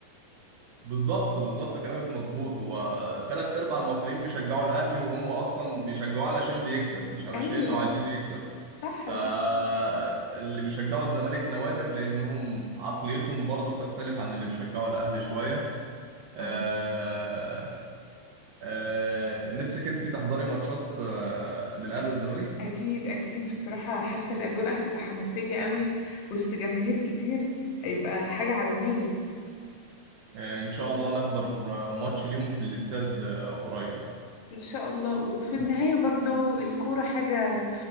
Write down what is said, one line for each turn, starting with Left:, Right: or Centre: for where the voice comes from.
Right: بالظبط بالظبط كلامك مظبوط هو تلات ارباع المصريين بيشجعوا الاهلي وهم اصلا بيشجعوه علشان بيكسب مش علشان
Left: أيوه
Right: انه عايزينه يكسب
Left: صح
Right: فاللي
Left: صح
Right: بيشجعوا الزمالك نوادر لانهم عقليتهم برضو بتختلف عن اللي بيشجعوا الاهلي شوية آه
Left: آه.
Right: آه نفسك انت تحضري ماتشات آه، للاهلي
Left: أكيد
Right: والزمالك
Left: أكيد أكيد الصراحة حاسة الأجواء هتبقى حماسية قوي وسط جماهير كتير هيبقى حاجة عالمية
Right: آه ان شاء الله نحضر آه، ماتش ليهم في الاستاد آه، قريب
Left: إن شاء الله وفي النهاية برضو الكورة حاجة